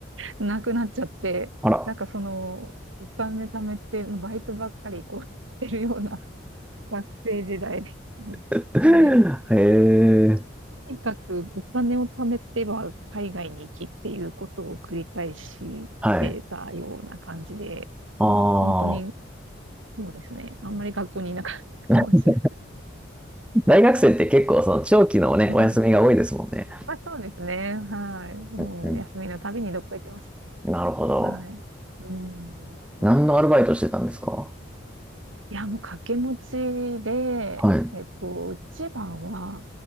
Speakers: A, on the right (about 85°); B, in the centre.
A: なくなっちゃって、
B: あら。
A: なんかその、お金貯めて、バイトばっかりこう、してるような学生時代ですね。
B: <laughs>
A: ね、
B: へえ。
A: とにかくお金を貯めては海外に行きっていうことを繰り返してたような感じで、
B: はい。あ
A: まあ本当に
B: あ。
A: そうですね。あんまり学校にいなかったかもしれ
B: <laughs> 大学生って結構その長期のね、
A: ない。
B: お休みが多いですもんね。
A: うん。まあそうですね。はい。もう休みのたびにどっか行ってます。
B: うんうん。なるほど。
A: はい。うん。そうです。
B: 何のアルバイトしてたんですか
A: いや、もう掛け持ちで、
B: はい。
A: えっと、一番は、